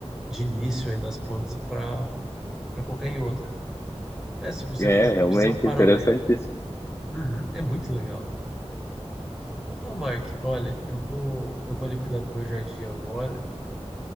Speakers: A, in the centre; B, on the left.
A: de início aí das plantas para para colocar em outra. É, se você
B: é,
A: fiz-
B: realmente
A: fizer um paralelo,
B: interessantíssimo.
A: Uhum. é muito legal. Então tá, Mark, olha, eu vou, eu vou ali cuidar do meu jardim agora